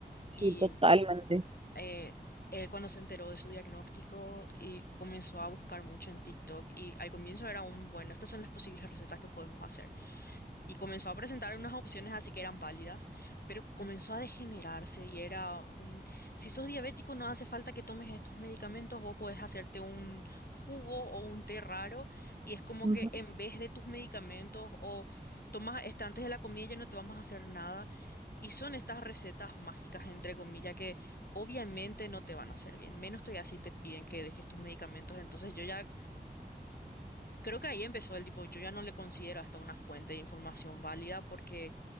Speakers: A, on the right (about 35°); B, on the left (about 65°).
A: Sí,
B: y
A: totalmente.
B: eh, él cuando se enteró de su diagnóstico y comenzó a buscar mucho en TikTok y al comienzo era un, bueno, estas son las posibles recetas que podemos hacer y comenzó a presentar unas opciones así que eran válidas, pero comenzó a degenerarse y era un, si sos diabético no hace falta que tomes estos medicamentos, vos podés hacerte un jugo o un té raro y es como
A: Ujú.
B: que en vez de tus medicamentos o tomas este antes de la comida ya no te vamos a hacer nada y son estas recetas mágicas entre comillas que obviamente no te van a hacer bien, menos todavía si te piden que dejes tus medicamentos, entonces yo ya creo que ahí empezó el tipo, yo ya no le considero hasta una fuente de información válida porque